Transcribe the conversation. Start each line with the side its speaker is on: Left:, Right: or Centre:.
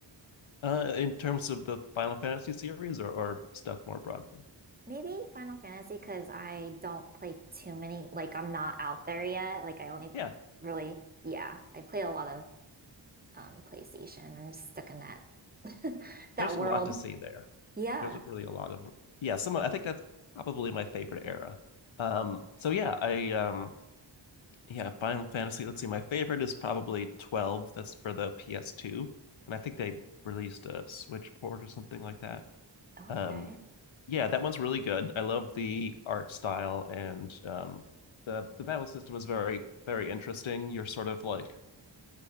Left: Uh, in terms of the Final Fantasy series or, or stuff more broadly.
Right: Maybe Final Fantasy because I don't play too many. Like I'm not out there yet. Like I only
Left: Yeah,
Right: really, yeah, I play a lot of um PlayStation. I'm stuck in that <laughs> that
Left: there's a
Right: world.
Left: lot to see there.
Right: Yeah.
Left: There's really a lot of yeah, some of, I think that's probably my favorite era. Um so yeah, I um yeah, Final Fantasy. Let's see, my favorite is probably 12. That's for the PS2. And I think they released a Switch port or something like that.
Right: Okay.
Left: Um, yeah, that one's really good. I love the art style and um, the the battle system is very, very interesting. You're sort of like